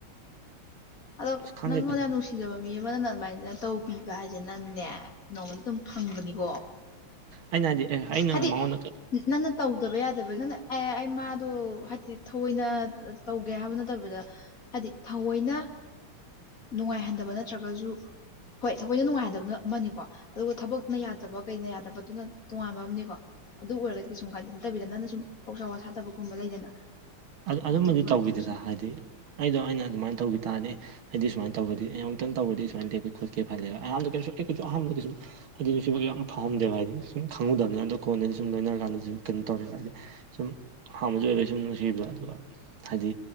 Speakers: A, on the left; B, on the right.
A: ꯑꯗꯣ
B: ꯑꯁ ꯈꯪꯗꯦꯗ
A: ꯅꯪꯉꯣꯟꯗ ꯅꯨꯡꯁꯤ ꯐꯤꯖꯕ ꯃꯤ ꯑꯃꯅ ꯑꯗꯨꯃꯥꯏꯅ ꯇꯧꯕꯤꯕ ꯍꯥꯏꯁꯦ ꯅꯪꯅꯦ ꯅꯣꯡꯃꯗꯤ ꯑꯗꯨꯝ ꯐꯪꯕꯅꯤꯀꯣ
B: ꯑꯩꯅ ꯍꯥꯏꯗꯤ ꯑꯦ ꯑꯩꯅ
A: ꯍꯥꯏꯗꯤ
B: ꯃꯉꯣꯟꯗ ꯀꯩ
A: ꯅꯪꯅ ꯇꯧꯗꯕ ꯌꯥꯗꯕꯒꯤ ꯅꯪꯅ ꯑꯦ ꯑꯩ ꯃꯥꯗꯣ ꯍꯥꯏꯗꯤ ꯊꯑꯣꯏꯅ ꯇꯧꯒꯦ ꯍꯥꯏꯕ ꯅꯠꯇꯕꯗ ꯍꯥꯏꯗꯤ ꯊꯑꯣꯏꯅ ꯅꯨꯡꯉꯥꯏꯍꯟꯗꯕ ꯅꯠꯇ꯭ꯔꯒꯁꯨ ꯍꯣꯏ ꯊꯕꯣꯏꯗ ꯅꯨꯡꯉꯥꯏꯍꯟꯗꯕꯅ ꯑꯃꯅꯤꯀꯣ ꯑꯗꯨꯒ ꯊꯕꯛꯅ ꯌꯥꯗꯕ ꯀꯩꯅ ꯌꯥꯗꯕꯗꯨꯅ ꯇꯣꯉꯥꯟꯕ ꯑꯝꯅꯤꯀꯣ ꯑꯗꯨ ꯑꯣꯏꯔꯒꯗꯤ ꯁꯨꯝ ꯀꯥꯏꯗꯦ ꯅꯠꯇꯕꯤꯗ ꯅꯪꯅ ꯁꯨꯝ ꯊꯧꯁꯥ ꯋꯥ ꯁꯠꯇꯕꯒꯨꯝꯕ ꯂꯩꯗꯅ
B: ꯑꯗꯨꯝ
A: ꯑꯗꯨꯃꯥꯏꯅ
B: ꯑꯗꯨꯝꯕꯗꯤ
A: ꯇꯧꯕ ꯑꯣꯏꯔꯗꯤ
B: ꯇꯧꯈꯤꯗꯔꯥꯗ
A: ꯀꯩꯁꯨꯝ
B: ꯍꯥꯏꯗꯤ ꯑꯩꯗꯣ ꯑꯩꯅ ꯑꯗꯨꯃꯥꯏꯅ ꯇꯧꯒꯤ ꯇꯥꯔꯗꯤ ꯑꯩꯗꯤ ꯁꯨꯃꯥꯏꯅ ꯇꯧꯕꯗꯤ ꯌꯥꯝ ꯇꯪ ꯇꯧꯕꯔꯗꯤ ꯁꯨꯥꯏꯅ ꯂꯦꯀꯦ ꯈꯠꯀꯦꯜꯂꯦ <unintelligible> <unintelligible> ꯐꯥꯎꯝꯗꯦꯕ ꯍꯥꯏꯗꯤ ꯁꯨꯝ ꯈꯪꯉꯨꯗꯕꯅꯤꯅ ꯑꯗꯣ ꯀꯣꯟꯗꯗꯤ ꯁꯨꯝ ꯂꯣꯏꯅꯔꯀꯥꯟꯗ ꯁꯨꯝ ꯀꯩꯅꯣ ꯇꯧꯔꯦꯕ ꯍꯥꯏꯗꯤ ꯁꯨꯝ ꯍꯥꯟꯕꯁꯨ <unintelligible> <unintelligible> ꯍꯥꯏꯗꯤ